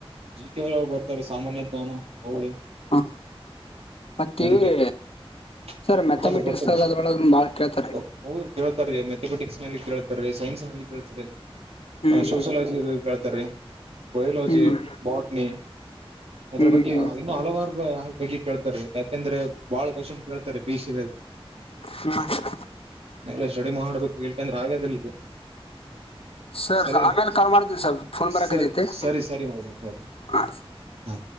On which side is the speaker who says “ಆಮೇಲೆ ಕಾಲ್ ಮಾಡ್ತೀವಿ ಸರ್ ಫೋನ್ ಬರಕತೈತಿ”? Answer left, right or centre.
Left